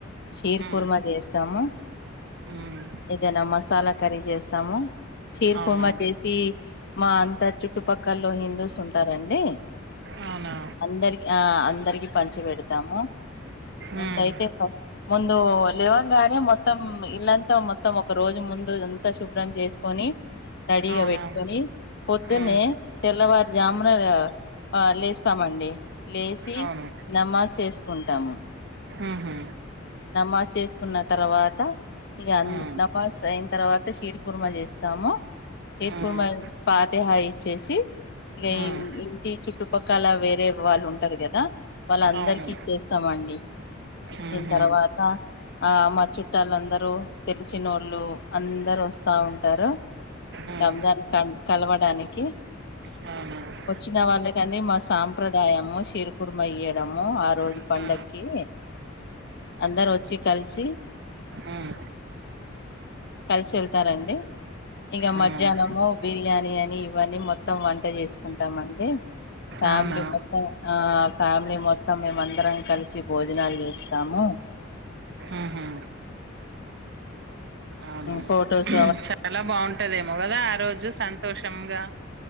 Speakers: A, on the left; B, on the right.
A: షేర్
B: ఉమ్
A: కుర్మ చేస్తాము
B: ఉమ్
A: ఏదైన మసాలా కర్రీ చేస్తాము చీర
B: అవునా
A: పర్మ చేసి మా అంత చుట్టుపక్కల్లో హిందూస్ ఉంటారండి.
B: అవునా
A: అందరి ఆ అందరికి పంచి పెడతాము. ముందయితే
B: ఉమ్
A: ము ముందు లేవంగానే మొత్తం ఇల్ళ్లంతా మొత్తం ఒక రోజు ము ముందు రోజంతా శుభ్రం చేసుకొని, రెడీగా
B: అవునా
A: పెట్టుకొని పొద్దునే
B: ఉమ్
A: తెల్లవారుజామున ఆ ఆ లేస్తామండి. లేసి,
B: అవును
A: నమాజ్ చేసుకుంటాము.
B: ఉహు
A: నమాజ్ చేసుకున్న తర్వాత ఇగ అన్
B: ఉమ్
A: నవాజ్ అయిన తర్వాత, షేర్ కుర్మ చేస్తాము. షేర్
B: ఉమ్
A: కూర్మ పాతే హాయి చేసి ఇ
B: ఉమ్
A: ఇంటి చు చుట్టుపక్కల వేరే వాళ్ళు ఉంటారు కదా వాళ్ళ అందరికి
B: అవును
A: ఇచ్చేస్తామండి ఇచ్చి
B: ఉహు
A: తరవాత ఆ మా చుట్టాలందరూ తెలిసినోళ్ళు అందరు వస్తా ఉంటారు
B: ఉమ్
A: రంజాన్ క కలవడానికి
B: అవునా
A: వచ్చిన వాళ్ళకని మా సాంప్రదాయము షిరు కుర్మా ఇయ్యడం ఆ రోజు
B: ఉమ్
A: పండక్కి అందరు వచ్చి కలిసి
B: ఉమ్
A: కలిసి ఎళ్తారండి ఇంగ
B: అవునా
A: మధ్యానము బిర్యాని అని ఇవన్నీ మొత్తం వంట చేసుకుంటామండి ఫ్యామిలీ
B: అవునా
A: మొత్తం ఆ ఫ్యామిలీ మొత్తం మేమ అందరం కలిసి భోజనాలు చేస్ తము
B: ఉహు అవును
A: ఫోటోస్
B: చాలా బాగుంటదేమో కదా ఆ రో <unintelligible> సంతోషంగా